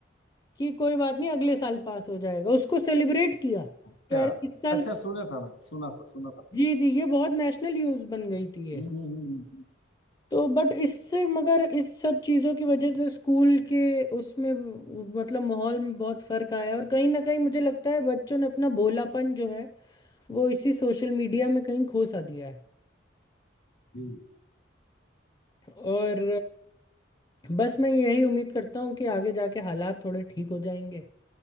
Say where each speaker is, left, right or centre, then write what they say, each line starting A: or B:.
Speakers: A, on the left (about 20°); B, on the left (about 80°).
A: कि कोई बात नहीं अगले साल पास हो जाएगा उसको सेलिब्रेट किया
B: अच्छा
A: कि अरे इस साल
B: अच्छा सुना था मैंने सुना था सुना था मैंने
A: जी जी ये बहुत नेशनल न्यूज़ बन गई थी ये
B: हम्म हम्म, हम्म, हम्म, हम्म।
A: तो बट इससे मगर इस सब चीज़ों की वजह से स्कूल के उसमें मतलब माहौल में बहुत फर्क आया है और कहीं ना कहीं मुझे लगता है बच्चों ने अपना भोलापन जो है वो इसी सोशल मीडिया में कहीं खो सा दिया है
B: जी
A: और बस मैं यही उम्मीद करता हूँ कि आगे जाके हालात थोड़े ठीक हो जाएंगे